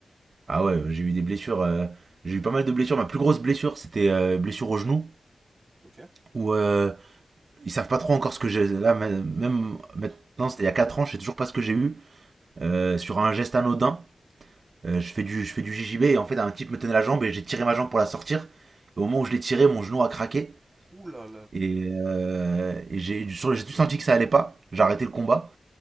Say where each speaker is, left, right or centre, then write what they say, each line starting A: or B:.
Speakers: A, on the right (about 60°); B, on the right (about 30°).
A: Ah ouais, j'ai eu des blessures. euh, j'ai eu pas mal de blessures. Ma plus grosse blessure, c'était euh, blessure au genou,
B: Ok.
A: où euh, ils savent pas trop encore ce que j'ai. Là, ma- même maintenant, c'était il y a 4 ans, je sais toujours pas ce que j'ai eu. Euh, sur un geste anodin, euh, je fais du, je fais du JJB et en fait, un type me tenait la jambe et j'ai tiré ma jambe pour la sortir. Et au moment où je l'ai tiré, mon genou a craqué.
B: Ouh là.
A: Et, euh, et j'ai sur- j'ai tout senti que ça allait pas. J'ai arrêté le combat.